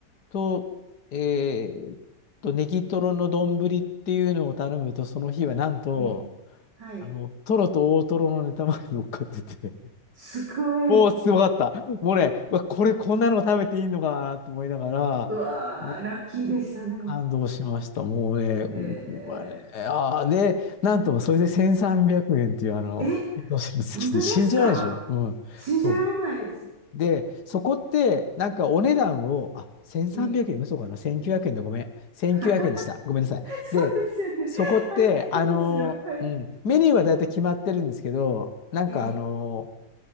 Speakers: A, on the left; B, on the right.
A: と、えーっと、ネギトロの丼っていうのを頼むと、その日はなんと、
B: ええ、はい。
A: あの、トロと大トロのネタまで乗っかってて
B: すごい。
A: もうすごかった。もうね、うわ、これこんなの食べていいのかなと思いながら、
B: うわー、
A: もう
B: ラッキーでしたね。
A: 感動しました。もうね、
B: え
A: これああー、で、なんともそれで1300円っていうあの、
B: え、え、
A: どうする好きで信じられないでしょ。
B: 本当ですか
A: うん。
B: 信じられないです。
A: そう。で、そこって、なんかお値段を、あ、1300円、
B: ええ、
A: 嘘かな ?1900 円でごめん。1900円でした。
B: <laughs> そ
A: ごめんなさい。
B: うですよね。
A: で、そこって、
B: はい。いいですよ。
A: あの、
B: はい。
A: うん、メニューは大体決まってるんですけど、なんかあの、
B: ええ